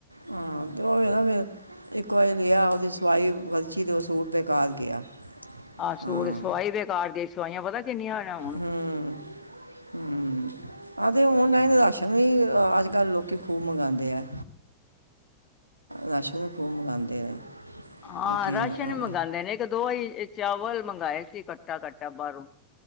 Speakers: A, on the right; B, on the left.
A: ਹਾਂ ਤੇ ਉਹ ਨਾ ਫੇਰ, ਇੱਕ ਵਾਰੀ ਲਿਆ ਉਹਦੀ ਸਵਾਈ ਕਰਚੀ ਤੇ ਉਹ ਸੂਟ ਬੇਕਾਰ ਗਿਆ।
B: ਆ, ਸੂਟ
A: ਹਾਂ
B: ਸਵਾਈ ਬੇਕਾਰ ਗਈ, ਸੂਤ ਦੀ ਸਵਾਈਆਂ ਪਤਾ ਕਿੰਨੀਆਂ! ਨੇ ਹੁਣ
A: ਹੂੰ-ਹੂੰ। ਹਾਂ ਤੇ ਔਨਲਾਈਨ ਰਾਸ਼ਨ ਵੀ ਅਜ-ਕਲ ਲੋਕੀ ਖੂਬ ਮੰਗਾਂਦੇ ਐ। ਰਾਸ਼ਨ ਖੂਬ ਮੰਗਾਉਂਦੇ ਨੇ
B: ਹਾਂ,
A: ਕਿ
B: ਰਾਸ਼ਨ
A: ਹਾਂ
B: ਵੀ ਮੰਗਾਂਦੇ ਨੇ ਇੱਕ ਦੋ ਵਾਈ ਚਾਵਲ ਮੰਗਾਏ ਸੀ ਕੱਟਾ-ਕੱਟਾ ਬਾਰੋਂ।